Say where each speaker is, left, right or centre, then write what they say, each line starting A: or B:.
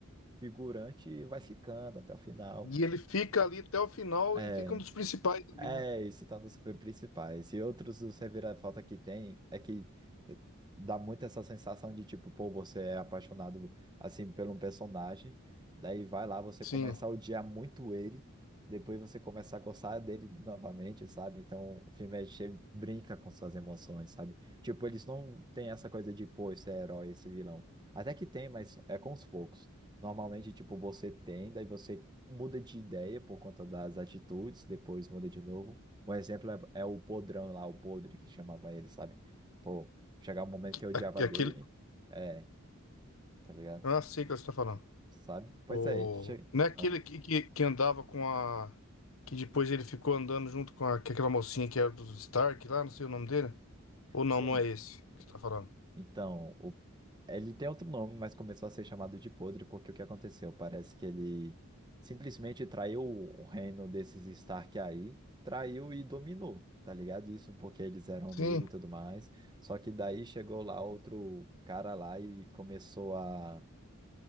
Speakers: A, on the right; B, on the left.
A: figurante e vai ficando até o final.
B: E ele fica ali até o final
A: É.
B: e fica um dos principais ali,
A: É,
B: né?
A: e se torna super principais. E outros dos reviravolta que tem é que dá muito essa sensação de tipo, pô, você é apaixonado assim por um personagem, daí vai lá, você
B: Sim.
A: começa a odiar muito ele, depois você começa a gostar dele novamente, sabe? Então o filme é cheio, brinca com suas emoções, sabe? Tipo, eles não têm essa coisa de, pô, esse é herói, esse vilão. Até que tem, mas é com os poucos. Normalmente, tipo, você tem, daí você muda de ideia por conta das atitudes, depois muda de novo. Um exemplo é, é o podrão lá, o podre que chamava ele, sabe? Pô, chegava um momento que eu odiava
B: Aque-
A: dele,
B: Aquele.
A: é, tá ligado?
B: Ah, sei o que você está falando.
A: Sabe? Pois
B: O...
A: é, che...
B: Não é aquele
A: ah.
B: que, que, que andava com a. Que depois ele ficou andando junto com, a- com aquela mocinha que era do Stark lá, não sei o nome dele. Ou não,
A: Sim,
B: não é esse que você tá falando.
A: Então, o... ele tem outro nome, mas começou a ser chamado de Podre porque o que aconteceu? Parece que ele simplesmente traiu o reino desses Stark aí, traiu e dominou, tá ligado? Isso porque eles eram amigos
B: Sim,
A: e tudo mais. Só que daí chegou lá outro cara lá e começou a,